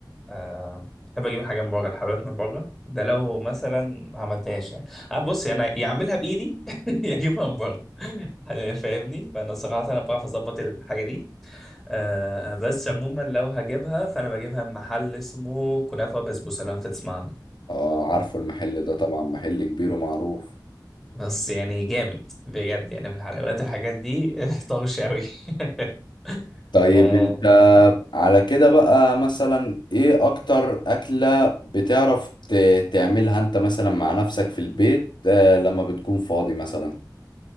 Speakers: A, in the centre; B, on the left (about 80°).
A: آه بحب اجيب الحاجه من بره الحلويات من بره ده لو مثلا ما عملتهاش يعني آه بص انا يا اعملها بايدي <laughs> يا اجيبها من بره <laughs> فاهمني فانا صراحه انا بعرف اظبط الحاجه دي آه بس عموما لو هجيبها فانا بجيبها من محل اسمه كنافه بسبوسه لو انت تسمع عنه
B: اه عارفه المحل ده طبعا محل كبير ومعروف
A: بس يعني جامد بجد يعني في الحلويات الحاجات دي <laughs> طرش قوي <laughs>
B: طيب
A: آه
B: انت على كده بقى مثلا ايه اكتر اكلة بتعرف ت- تعملها انت مثلا مع نفسك في البيت آه، لما بتكون فاضي مثلا